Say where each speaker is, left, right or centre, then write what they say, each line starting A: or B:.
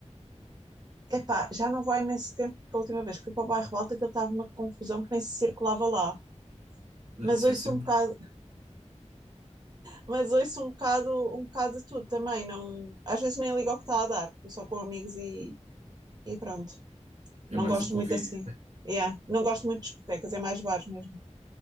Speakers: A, on the right; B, on the right.
A: Epá, já não vou há imenso tempo, porque a última vez que fui para o bairro Alto aquilo estava uma confusão que nem se circulava lá.
B: Ah,
A: Mas
B: Isso
A: ouço
B: é sempre,
A: um bocado, mas ouço um bocado, um bocado de tudo também. Não, às vezes nem ligo ao que está a dar, estou só com amigos e, e pronto.
B: é
A: Não
B: mais
A: gosto
B: o convívio.
A: muito assim. Yeah. Não gosto muito de discotecas, é mais bares mesmo.